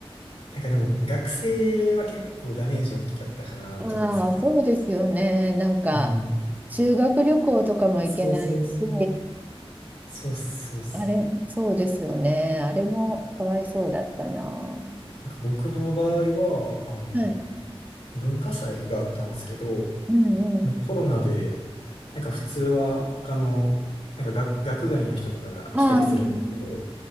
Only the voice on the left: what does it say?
なんかでも、学生は結構ダメージ大きかったかなって思うんですよね。
うん。
そうそうそう。そうそうっす。
なんか僕の場合は、あの、
文化祭があったんですけど、
もうコロナで、なんか普通は他の、なんか学、学外の人とかが来たりするんですけど、